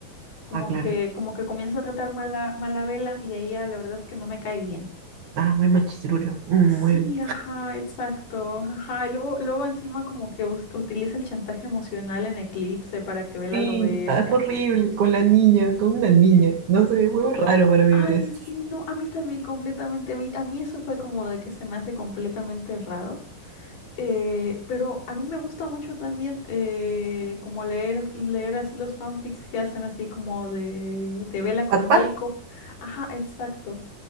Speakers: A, on the left; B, on the right.
A: como
B: Ah, claro.
A: que, como que comienza a tratar mala, mala vela y ahí ya la verdad es que no me cae bien.
B: Ah, muy machirulo. Mm,
A: Sí,
B: muy...
A: ajá, exacto, ajá. Y luego, luego encima como que us- utiliza el chantaje emocional en Eclipse para que Vela
B: Sí,
A: lo bese.
B: ah, es horrible. Con la niña, con una niña. No sé, es muy raro para mí
A: Ay,
B: ver eso.
A: sí, no, a mí también completamente, a mí, a mí eso fue como de que se me hace completamente raro, eh, pero a mí me gusta mucho también eh, como leer, leer así los fanfics que hacen así como de, de Bella con
B: ¿Wattpad?
A: Jacob, ajá, exacto,